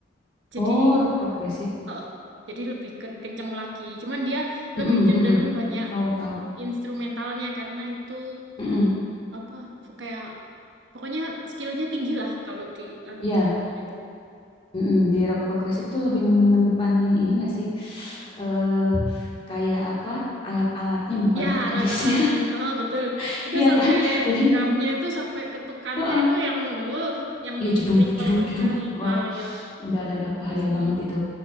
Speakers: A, on the right (about 70°); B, on the left (about 30°).
A: Jadi,
B: Oh, rock progresif.
A: eh, jadi lebih ken- kenceng lagi. Cuman dia lebih
B: Mm-mm,
A: cenderung
B: mm-mm.
A: banyak
B: Tahu tahu.
A: instrumentalnya karena itu
B: Mm-mm.
A: apa kayak pokoknya skillnya tinggi lah kalau di anu
B: Iya.
A: driver itu.
B: Mm-mm, di rock progresif tuh lebih mengedepanin ini gak sih? Eh kayak apa? Alat-alatnya bukan
A: Ya,
B: vokalisnya.
A: alat-alatnya,
B: <laughs>
A: oh, betul. Itu
B: Iya
A: sampai
B: kan? Jadi,
A: drumnya itu sampai ketukannya
B: heeh,
A: itu yang, eh, yang
B: ya jeduk
A: pedal
B: jeduk
A: pedal.
B: jeduk. Wah,
A: ah ya
B: udah ada ada
A: itu
B: bahaya
A: sih.
B: banget itu.